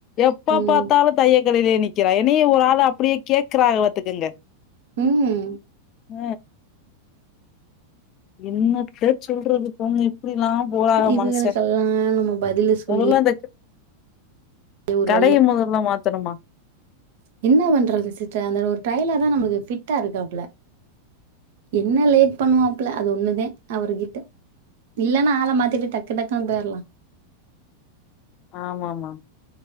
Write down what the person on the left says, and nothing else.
எப்ப
பாத்தாலு தே கடையிலே நிக்கிறா என்னய ஒரு ஆள் அப்டியே கேக்குறாங்க பாத்துக்குங்க
அ என்னத்த சொல்றது போங்க எப்டிலாம் போகாத
மனுச
மொதல்ல அந்த
கடைய
மொதல்ல மாத்தணுமா
ஆமாமா